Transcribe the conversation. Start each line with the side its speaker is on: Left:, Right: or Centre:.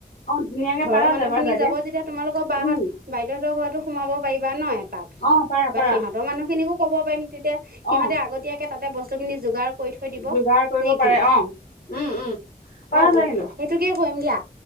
Left: অ ধুনীয়াকে
Right: ঘৰৰ
Left: পাৰা
Right: মানুহ
Left: যায় পাৰা
Right: খিনি
Left: যায় দিয়া
Right: যাব যেতিয়া তোমালোকৰ বাহহঁত
Left: উম
Right: বাইদেউহঁতৰ ঘৰতো সোমাব পাৰিবা নহয় াক
Left: অ পাৰা পাৰা
Right: বা সিহঁতৰ মানুহখিনিকো ক'ব পাৰিম তেতিয়া সিহঁতে
Left: অ
Right: আগতীয়াকে তাতে বস্তু খিনি যোগাৰ কৰি থৈ দিব
Left: যোগাৰ কৰিব
Right: নেকি
Left: পাৰে অ উম উম পাৰা
Right: অ
Left: যায়
Right: অ
Left: কিন্তু
Right: সেইটোকে কৰিম দিয়া